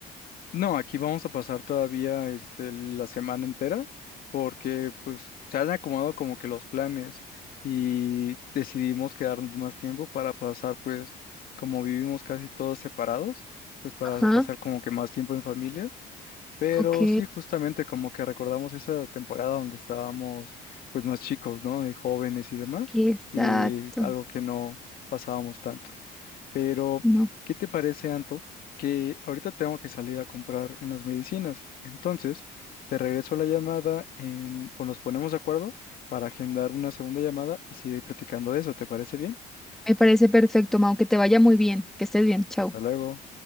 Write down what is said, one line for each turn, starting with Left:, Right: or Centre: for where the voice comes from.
Left: No, aquí vamos a pasar todavía este, la semana entera porque pues se han acomodado como que los planes y decidimos quedarnos más tiempo para pasar pues como vivimos casi todos separados, pues para
Centre: Ajá,
Left: pasar como que más tiempo en familia. Pero
Centre: ok,
Left: sí, justamente como que recordamos esa temporada donde estábamos pues más chicos, ¿no? Y jóvenes y demás
Centre: exacto.
Left: y algo que no pasábamos tanto. Pero,
Centre: No,
Left: ¿qué te parece, Anto? Que ahorita tengo que salir a comprar unas medicinas. Entonces, te regreso la llamada en- o nos ponemos de acuerdo para agendar una segunda llamada y seguir platicando de eso. ¿Te parece bien?
Centre: me parece perfecto, Mau, que te vaya muy bien, que estés bien, chao.
Left: Hasta luego.